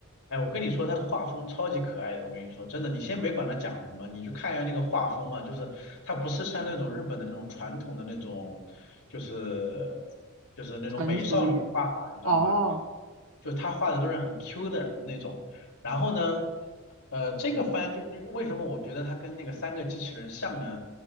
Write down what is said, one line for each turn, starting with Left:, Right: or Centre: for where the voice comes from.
Left: 哎，我跟你说，他的画风超级可爱的，我跟你说，真的，你先别管他讲什么，你去看一下那个画风啊，就是他不是像那种日本的那种传统的那种，就是就是那种美少女画法，
Right: 成熟一点。
Left: 你知道吗？
Right: 哦，
Left: 就他画的都是很 Q 的那种。然后呢，呃，这个番就你为什么我觉得他跟那个三个机器人像呢？